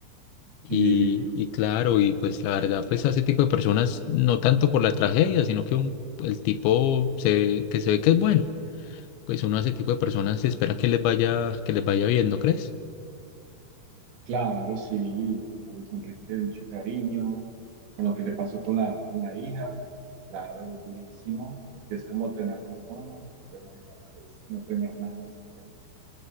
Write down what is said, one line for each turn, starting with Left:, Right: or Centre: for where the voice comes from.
Left: Y,
Right: Y
Left: y claro, y pues la verdad, pues a ese tipo de personas, no tanto por la tragedia, sino que un- el tipo se, que se ve que es bueno, pues uno a ese tipo de personas se espera que les vaya, que les vaya bien, ¿no crees?
Right: claro, sí, a Luis Enrique le tiene mucho cariño, con lo que le pasó con la, con la hija, claro, durísimo, porque es como tenerlo todo, pero ya no, es- no tener nada después.